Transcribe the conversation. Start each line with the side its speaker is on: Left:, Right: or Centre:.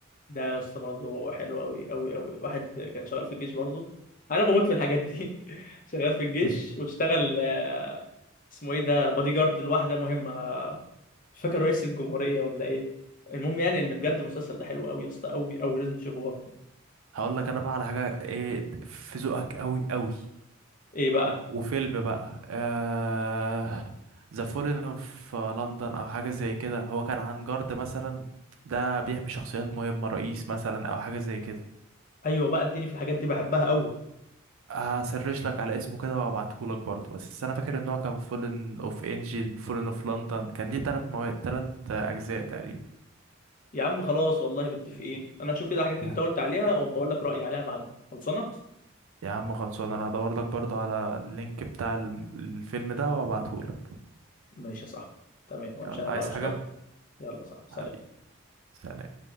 Left: ده يا اسطى برضه حلو قوي قوي قوي واحد كان شغال في الجيش برضه انا بموت في الحاجات دي <laughs> شغال في الجيش
Right: <laughs>
Left: واشتغل آه، اسمه ايه ده بادي جارد لواحده مهمه مش فاكر رئيس الجمهوريه ولا ايه المهم يعني ان بجد المسلسل ده حلو قوي يا اسطى قوي قوي لازم تشوفه برضه
Right: هقول لك انا بقى على حاجه ايه في ذوقك قوي قوي
Left: ايه بقى
Right: وفيلم بقى آه... ذا فولن اوف لندن او حاجه زي كده هو كان عن جارد مثلا ده بيحمي شخصيات مهمه رئيس مثلا او حاجه زي كده
Left: ايوه بقى اديني في الحاجات دي بحبها قوي
Right: هسرش لك على اسمه كده وابعتهولك برضه بس انا فاكر ان هو كان فولن اوف انجل فولن اوف لندن كان ليه تلات مو... تلات اجزاء تقريبا
Left: يا عم خلاص والله متفقين انا هشوف كده الحاجات اللي
Right: يا
Left: انت قلت عليها وبقول لك رايي عليها بعد خلصانه
Right: يا عم خلصان انا هدور لك برضه على اللينك بتاع ال- الفيلم ده وابعتهولك
Left: ماشي يا صاحبي تمام وامشي
Right: يلا
Left: انا بقى
Right: عايز
Left: قشطه
Right: حاجه
Left: يلا صاحبي
Right: حبيبي
Left: سلام
Right: سلام